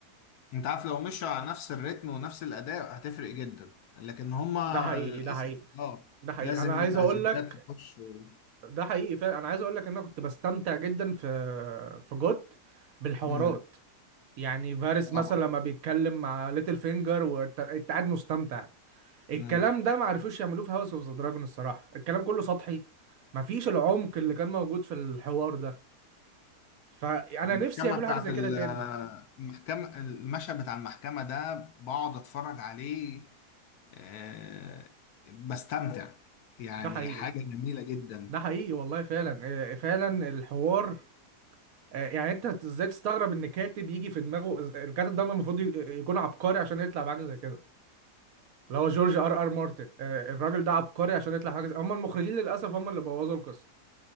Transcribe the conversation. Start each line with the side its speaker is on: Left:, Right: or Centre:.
Left: انت عارف لو مشوا على نفس الريتم ونفس الأداء هتفرق جدا لكن هما
Right: ده حقيقي
Left: للأسف
Right: ده حقيقي
Left: اه
Right: ده حقيقي
Left: لازم
Right: انا عايز
Left: أجندات
Right: اقول لك
Left: تخش و...
Right: ده حقيقي فعلا انا عايز اقول لك ان انا كنت بستمتع جدا في في جوت بالحوارات
Left: مم،
Right: يعني فارس مثلا
Left: طبعا
Right: لما بيتكلم مع ليتل فينجر وانت انت قاعد مستمتع الكلام
Left: مم.
Right: ده ما عرفوش يعملوه في هاوس اوف ذا دراجون الصراحه الكلام كله سطحي مفيش العمق اللي كان موجود في الحوار ده فانا
Left: المحكمة
Right: نفسي يعملوا
Left: بتاعت
Right: حاجه زي
Left: ال-
Right: كده تاني
Left: المحكمة المشهد بتاع المحكمة ده بقعد اتفرج عليه آه، بستمتع يعني
Right: ده حقيقي
Left: حاجة جميلة جدا
Right: ده حقيقي والله فعلا آه، فعلا الحوار آه، يعني انت ازاي تستغرب ان كاتب يجي في دماغه الكاتب ده المفروض ي- يكون عبقري عشان يطلع بحاجه زي كده اللي هو جورج ار ار مارتن آه، الراجل ده عبقري عشان يطلع حاجه زي هم المخرجين للاسف هم اللي بوظوا القصه